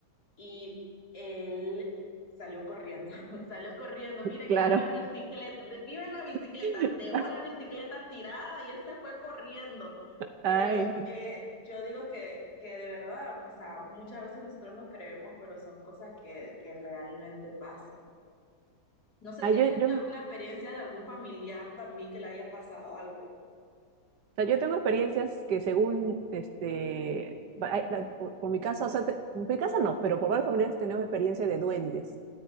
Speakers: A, on the left; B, on the right.
A: y él salió corriendo, <laughs> salió corriendo, mira
B: claro.
A: que iba en la bicicleta, de- iba en la bicicleta,
B: <laughs>
A: dejó la bicicleta tirada y él se fue corriendo.
B: Ay,
A: Pero eh, yo digo que, que de verdad, pues, o sea, muchas veces nosotros no creemos, pero son cosas que, que realmente pasan. No sé
B: ay,
A: si has
B: yo,
A: tenido
B: yo, o
A: alguna experiencia de algún familiar también que le haya pasado algo.
B: sea, yo tengo experiencias que según, este, va- ay, la- por, por mi casa, o sea, te- mi casa no, pero por varias familias tenemos experiencia de duendes.